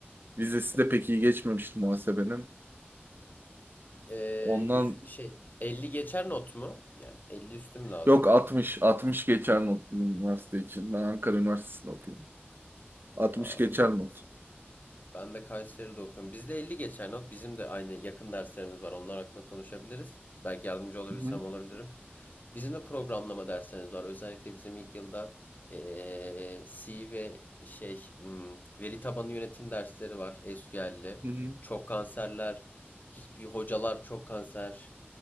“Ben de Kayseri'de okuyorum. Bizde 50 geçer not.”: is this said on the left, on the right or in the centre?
Left